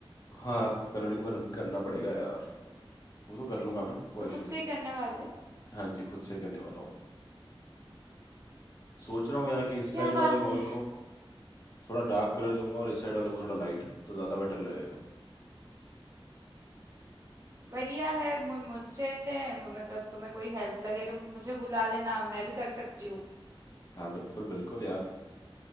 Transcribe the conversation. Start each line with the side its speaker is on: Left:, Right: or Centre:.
Left: हाँ कलरिंग वर्क करना पड़ेगा यार वो तो कर लूंगा मैं कोई
Right: तो
Left: इशू
Right: खुद
Left: नहीं
Right: से ही करने वाले
Left: हाँ जी खुद से ही करने वाला हूँ मैं सोच रहा हूँ यार कि इस
Right: क्या
Left: साइड
Right: बात
Left: वाले
Right: है
Left: वॉल को थोड़ा डार्क कलर दूंगा और इस साइड वाले को थोड़ा लाइट तो ज्यादा बेटर लगेगा
Right: बढ़िया है मु- मुझसे मु- मतलब तुम्हें कोई हेल्प लगे तो मुझे बुला लेना मैं भी कर सकती हूँ
Left: हाँ बिल्कुल बिल्कुल यार